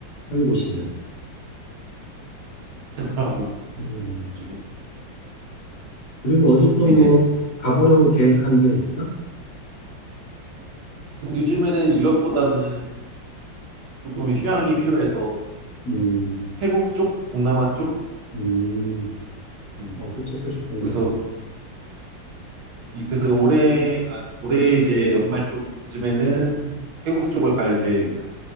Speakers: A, on the left; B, on the right.
A: 한 곳이네.
B: 음, 젠틀하고
A: 음.
B: 지금
A: 그리고 어디 또
B: 이제
A: 뭐 가보려고 계획한 데 있어?
B: 요즘에는 유럽보다는 조금 휴양이 필요해서
A: 음,
B: 태국 쪽, 동남아 쪽,
A: 음,
B: 음,
A: 어, 그치, 그 책도 좋겠네.
B: 거기서 이 그래서 올해 아, 올해 이제 연말 쪽쯤에는 태국 쪽을 갈 계획이야.